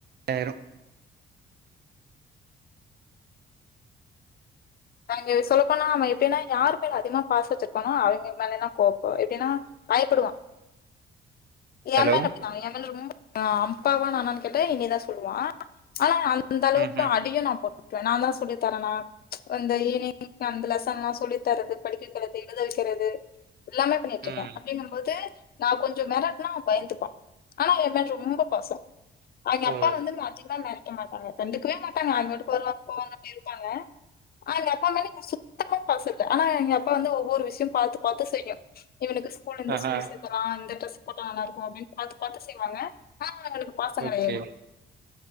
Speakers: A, on the right; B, on the left.
A: ஆயிடு
B: நாங்க சொல்லப்போனா அவ எப்டின்னா யாரு மேல அதிகமா பாச வெச்சிருக்கானோ அவங்க மேலலா கோப்போ எப்டின்னா பயப்படுவா
A: ஹலோ
B: எம்மேல அவ எம் மேல ரொம்ப அப்பாவா நானான்னு கேட்டா என்னயதா சொல்லுவா ஆனா அந்தளவுக்கு
A: ம்
B: அடியு நா போட்டுட்ருவே நாந்தா சொல்லி தரண்ணா அந்த ஈவினிங் அந்த லெசன்லா சொல்லி தர்றது படிக்க வெக்கிறது எழுத வெக்கிறது எல்லாமே பண்ணிட்ருக்கே
A: ம்
B: அப்டிங்கம்போது நா கொஞ்ச மெரட்னா அவ பயந்துப்பா ஆனா எம் மேல ரொம்ப பாச அவிங்க
A: ஓ
B: அப்பா வந்து அதிகமா மெரட்ட மாட்டாங்க கண்டுக்கவே மாட்டாங்க அவிங்க பாட்டுக் வருவாங்க போவாங்க அப்டி இருப்பாங்க ஆனா அவங்க அப்பா மேல சுத்தமா பாச இல்ல ஆனா அவங்க அப்பா வந்து ஒவ்வொரு விஷயம் பாத்து பாத்து செய்யு இவனுக்கு ஸ்கூல் இந்த
A: ஆஹா
B: ஸ்கூல் சேத்தலா அந்த டிரெஸ் போட்டா நல்லாருக்கு அப்டின்னு பாத்து பாத்து செய்வாங்க ஆனா அவனுக்கு பாசம்
A: ஓகே
B: கிடையாது